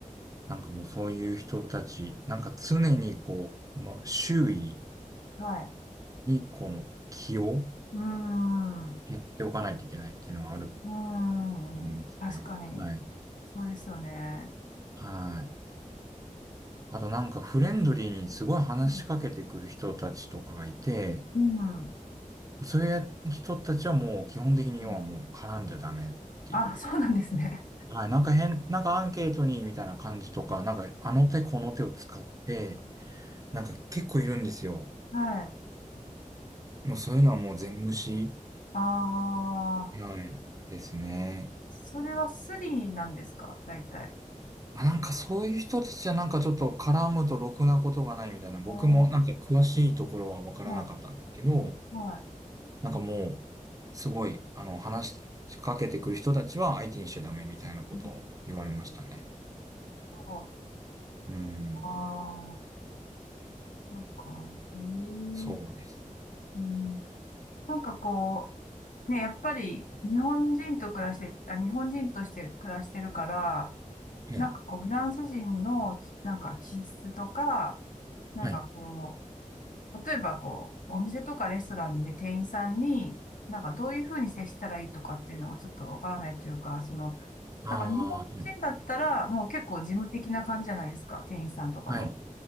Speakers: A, on the right; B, on the left.
A: なんかもうそういう人たち、なんか常にこう、まあ、周囲、
B: はい。
A: に、この気を
B: うーん。う
A: やっておかないといけないっていうのはあると
B: ーん。
A: 思いますね。
B: 確かに。
A: はい。
B: そうですよね。
A: はい。あとなんかフレンドリーにすごい話しかけてくる人たちとかがいて、
B: うん。うん
A: そういう人たちはもう基本的に要はもう絡んじゃダメっていう。
B: うんあ、そうなんですね。
A: はい。なんか変、なんかアンケートにみたいな感じとか、なんかあの手この手を使って、なんか結構いるんですよ。
B: <laughs> はい。
A: もうそういうのはもう全無視。
B: ああ。
A: はい。ですね。
B: それはスリーなんですか大体。
A: まあなんかそういう人たちはなんかちょっと絡むとろくなことがないみたいな、僕もなんか詳しいところはわからなかったんだけど、
B: あーはい。はい。
A: なんかもう、すごい、あの、話しかけてくる人たちは相手にしちゃダメみたいなことを言われましたね。
B: なるほど。
A: うーん、
B: ああ。そうか。ええ。う
A: そうですね。
B: ん。なんかこう、ね、やっぱり日本人と暮らして、あ、日本人として暮らしてるから、
A: はい、
B: なんかこう、フランス人のき、なんか気質とか、なんかこ
A: はい。
B: う、例えばこう、お店とかレストランで店員さんに、なんかどういうふうに接したらいいとかっていうのがちょっとわからないというか、その、
A: ああ、
B: なんか日本人だったらもう結構事務的な感じじゃないですか、
A: はい、はい、
B: 店員さんとかも。
A: はい